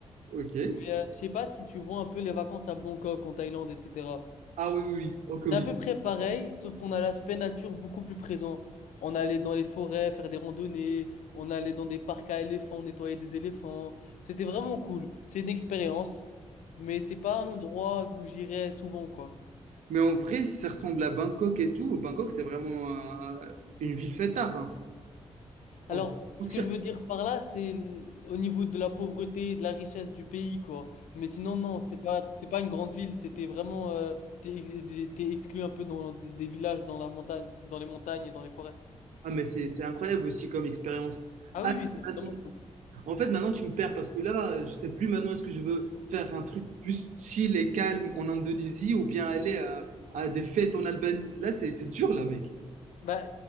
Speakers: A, on the right (about 75°); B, on the left (about 80°).
A: Ok.
B: mais euh, je sais pas si tu vois un peu les vacances à Bangkok, en Thaïlande, etc.
A: Ah oui, oui, oui. ok, oui.
B: C'est à peu près pareil, sauf qu'on a l'aspect nature beaucoup plus présent. On allait dans les forêts faire des randonnées, on allait dans des parcs à éléphants nettoyer des éléphants. C'était vraiment cool. C'est une expérience, mais c'est pas un endroit où j'irais souvent, quoi.
A: Mais en vrai, si ça ressemble à Bangkok et tout, Bangkok, c'est vraiment euh, une ville fêtarde. Hein. On
B: Alors,
A: peut pas mentir.
B: ce que je veux dire par là, c'est l- au niveau de la pauvreté et de la richesse du pays, quoi. Mais sinon, non, c'est pas, c'est pas une grande ville. C'était vraiment, euh, t'es, ex- t'es exclu un peu dans des villages, dans la montagne, dans les montagnes et dans les forêts.
A: Ah, mais c'est c'est incroyable aussi comme expérience.
B: Ah
A: Ah,
B: oui, oui, c'est
A: maintenant-
B: vraiment cool.
A: en fait, maintenant, tu me perds parce que là, euh, je sais plus maintenant est-ce que je veux faire un truc plus chill et calme en Indonésie ou bien aller à, à des fêtes en Albanie. Là, c'est c'est dur, là, mec.
B: Bah,